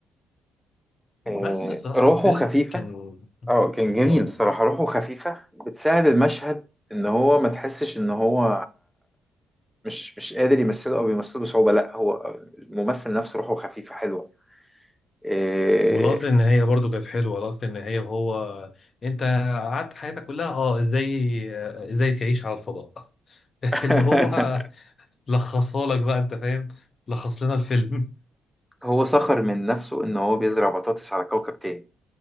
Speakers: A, on the left; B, in the centre.
A: بس
B: آه،
A: الصراحه
B: روحه
A: الفيلم
B: خفيفة
A: كان
B: اه كان جميل
A: اه
B: بصراحة روحه خفيفة بتساعد المشهد ان هو ما تحسش ان هو مش مش قادر يمثله او بيمثله بصعوبة لا هو الممثل نفسه روحه خفيفة حلوة آه،
A: واللقطة النهاية برضو كانت حلوة لقطة النهاية وهو انت قعدت حياتك كلها اه ازاي ازاي تعيش على الفضاء <laughs>
B: <laughs>
A: اللي هو لخصها لك بقى انت فاهم لخص لنا الفيلم
B: هو سخر من نفسه ان هو بيزرع بطاطس على كوكب تاني